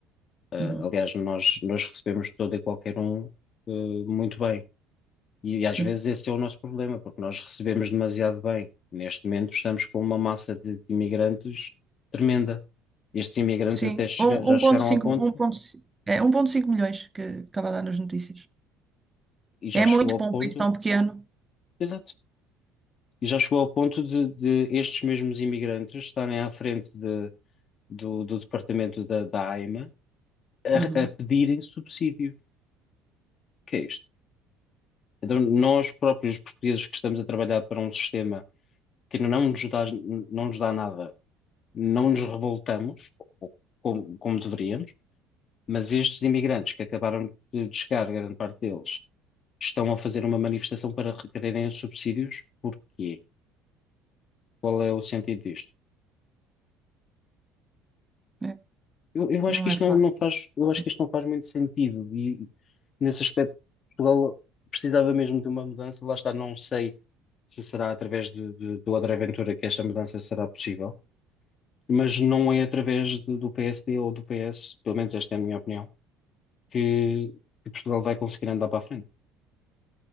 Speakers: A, on the left (about 45°); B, on the right (about 15°).
A: Eh,
B: Uhum,
A: aliás, nós, nós recebemos todo e qualquer um, eh, muito bem. E às
B: Sim.
A: vezes esse é o nosso problema, porque nós recebemos demasiado bem. Neste momento estamos com uma massa de, de imigrantes tremenda. Estes imigrantes
B: Sim,
A: até chega-
B: um-
A: já
B: 1.5,
A: chegaram ao ponto,
B: 1.5, é um ponto cinco milhões que estava a dar nas notícias.
A: e já
B: É
A: chegou
B: muito
A: ao
B: para
A: ponto,
B: um país tão pequeno.
A: exato, E já chegou ao ponto de, de estes mesmos imigrantes estarem à frente de- do, do departamento da, da AIMA
B: Uhum.
A: a, a pedirem subsídio. O que é isto? Então, nós próprios portugueses que estamos a trabalhar para um sistema que não nos dá, não nos dá nada, não nos revoltamos, ou- como, como deveríamos, mas estes imigrantes que acabaram de chegar, grande parte deles, estão a fazer uma manifestação para requererem os subsídios. Porquê? Qual é o sentido disto?
B: É,
A: Eu, eu acho
B: não
A: que isto
B: é fácil.
A: não, não faz, eu
B: Sim,
A: acho que isto não faz muito sentido e nesse aspecto Portugal precisava mesmo de uma mudança. Lá está, não sei se será através de, de, do André Ventura que esta mudança será possível, mas não é através de- do PSD ou do PS, pelo menos esta é a minha opinião, que, que Portugal vai conseguir andar para a frente,